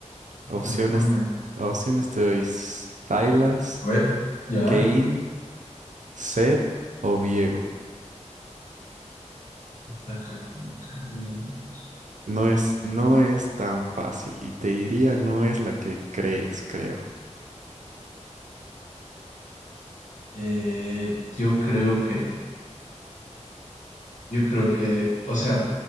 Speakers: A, on the right; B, on the left.
A: Opciones,
B: transforma.
A: opciones te doy Silas,
B: A ver, ya.
A: Kane, Seth o Diego.
B: Está acá con cadena.
A: No es, no es tan fácil y te diría no es la que crees, creo.
B: Eh, yo creo que, yo creo que, o sea,